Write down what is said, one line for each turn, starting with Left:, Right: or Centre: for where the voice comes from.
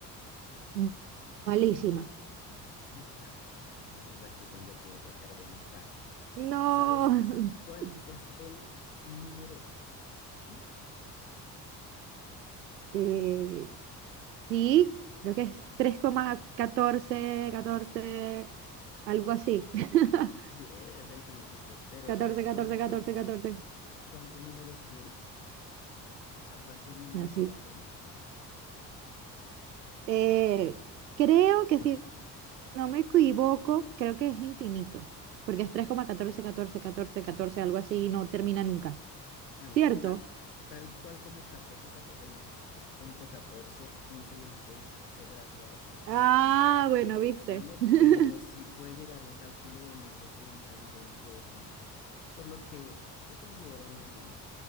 Right: m- Malísima.
Left: <laughs> Entonces aquí es donde puedo sacar ventaja.
Right: No.
Left: ¿Sabes cuál
Right: <laughs>
Left: es el número pi?
Right: Eh, Sí, creo que es tres coma 14, 14, algo así. <laughs>
Left: Sí, e-, es el principio, pero
Right: Catorce,
Left: ¿sabes cuántos,
Right: catorce, catorce, catorce.
Left: cuántos números tiene? O sea, ¿cuántos números
Right: Bueno, sí.
Left: llega a tener?
Right: Eh, creo que si no me equivoco, creo que es infinito, porque es tres coma catorce, catorce, catorce, catorce, algo así y no termina nunca.
Left: Bueno,
Right: ¿Cierto?
Left: tal, tal cual como 14 14 no, porque es tres punto catorce quince dieciséis etcétera, así va
Right: Ah,
Left: como
Right: bueno, viste.
Left: llegando,
Right: <laughs>
Left: pero sí puede llegar a un cálculo más de 30 billones de decimales, por lo que se considera un infinito.